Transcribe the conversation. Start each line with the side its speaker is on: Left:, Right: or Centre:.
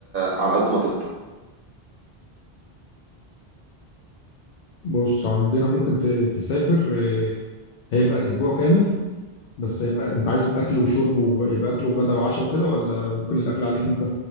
Right: على قد ما تقدر
Left: بص عندنا ممكن ت- تسافر آه، هيبقى أسبوع كامل بس يبقى انت عايزه باكل وشرب ويبقى اكل وغدا وعشاء وكده ولا ممكن الاكل عليك انت